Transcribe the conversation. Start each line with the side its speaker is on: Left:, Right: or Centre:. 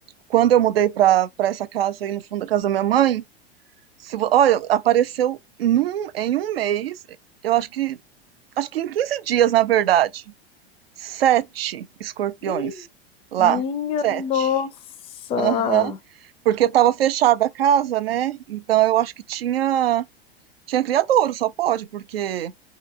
Right: quando eu mudei pra, pra essa casa aí no fundo da casa da minha mãe, se, vo- olha, apareceu num, em um mês, eu acho que, acho que em 15 dias, na verdade, sete escorpiões
Left: <gasps>
Right: lá.
Left: Minha
Right: Sete.
Left: nossa.
Right: Aham. Porque estava fechada a casa, né? Então eu acho que tinha tinha criadouro, só pode, porque